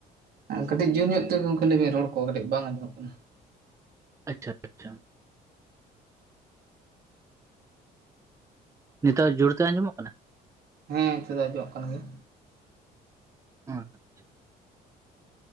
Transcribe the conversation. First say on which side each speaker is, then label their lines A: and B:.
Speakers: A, on the right; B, on the right.
A: ᱠᱟᱹᱴᱤᱡ ᱡᱩᱨ ᱧᱚᱜ ᱛᱮ ᱜᱚᱢᱠᱮ ᱞᱟᱹᱭ ᱵᱤᱱ ᱨᱚᱲ ᱠᱚ ᱠᱟᱹᱴᱤᱡ ᱵᱟᱝ ᱟᱸᱡᱚᱢᱚᱜ ᱠᱟᱱᱟ
B: ᱟᱪᱪᱷᱟ ᱟᱪᱪᱦᱟ ᱱᱤᱛᱚᱜ ᱡᱩᱨ ᱛᱮ ᱟᱸᱡᱚᱢᱚᱜ ᱠᱟᱱᱟ
A: ᱦᱮᱸ ᱱᱤᱛᱚᱜ ᱫᱚ ᱟᱸᱡᱚᱢᱚᱜ ᱠᱟᱱ ᱜᱮᱭᱟ
B: ᱦᱚᱸ ᱟᱪᱪᱷᱟ